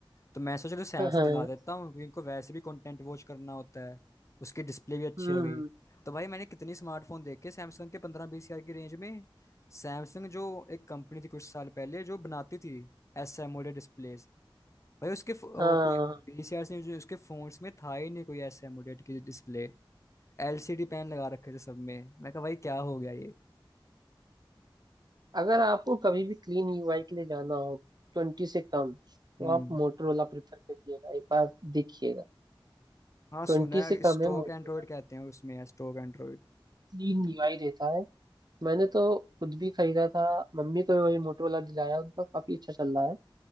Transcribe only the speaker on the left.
तो मैं सोच रहा सैमसंग
दिला देता हूँ क्योंकि इनको वैसे भी कंटेंट वॉच करना होता है उसकी डिस्प्ले भी अच्छी
हो गई तो भाई मैंने कितनी स्मार्टफोन देखे सैमसंग के पंद्रह बीस हजार की रेंज में सैमसंग जो एक कंपनी थी कुछ साल पहले जो बनाती थी एस एमोलेड डिस्प्लेज भाई उसके फ- ओ,
कोई बीस हजार से जो उसके फोन्स में था ही नहीं कोई एस एमोलेड की डिस्प्ले एलसीडी पैन लगा रखे थे सब में मैं कहा भाई क्या हो गया ये
हम्म
हाँ सुना
है
स्टोक
एंड्रॉइड कहते हैं उसमें है स्टोक एंड्रॉइड